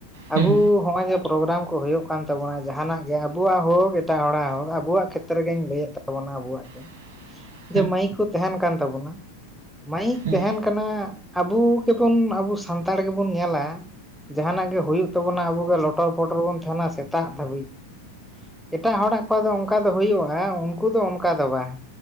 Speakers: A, on the right; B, in the centre.
A: ᱦᱩᱸ
B: ᱟᱵᱚ ᱱᱚᱜᱼᱚᱭ ᱡᱮ ᱯᱨᱳᱜᱨᱟᱢ ᱠᱚ ᱦᱩᱭᱩᱜ ᱠᱟᱱ ᱛᱟᱵᱚᱱᱟ ᱡᱟᱦᱟᱱᱟᱜ ᱜᱮ ᱟᱵᱚᱣᱟᱜ ᱦᱳᱠ ᱮᱴᱟᱜ ᱦᱚᱲᱟᱜ ᱦᱳᱠ ᱟᱵᱚᱣᱟᱜ ᱠᱷᱮᱛᱨᱮᱜᱤᱧ ᱞᱟᱹᱭᱮᱫ ᱛᱟᱵᱚᱱᱟ ᱟᱵᱚᱣᱟᱜ ᱜᱮ᱾
A: <inaudible>
B: ᱡᱮ ᱢᱟᱹᱭᱤᱠ ᱠᱚ ᱛᱟᱦᱮᱱ ᱠᱟᱱ ᱛᱟᱵᱚᱱᱟ ᱢᱟᱭᱤᱠ
A: ᱦᱩᱸ
B: ᱛᱟᱦᱮᱱ ᱠᱟᱱᱟ ᱟᱵᱩ ᱜᱮᱵᱚᱱ ᱟᱵᱩ ᱥᱟᱱᱛᱟᱲ ᱜᱮᱵᱩᱱ ᱧᱮᱞᱟ ᱡᱟᱦᱟᱱᱟᱜ ᱜᱮ ᱦᱩᱭᱩᱜ ᱛᱟᱵᱚᱱᱟ ᱟᱵᱚ ᱫᱚ ᱞᱚᱴᱚᱨ ᱯᱚᱴᱚᱨ ᱵᱚᱱ ᱛᱟᱦᱮᱱᱟ ᱥᱮᱛᱟᱜ ᱫᱷᱟᱹᱵᱤᱡ ᱮᱴᱟᱜ ᱦᱚᱲᱟᱜ ᱠᱚᱣᱟᱜ ᱫᱚ ᱚᱝᱠᱟ ᱫᱚ ᱦᱩᱭᱩᱜ-ᱟ ᱩᱱᱠᱩ ᱫᱚ ᱚᱱᱠᱟ ᱫᱚ ᱵᱟᱝ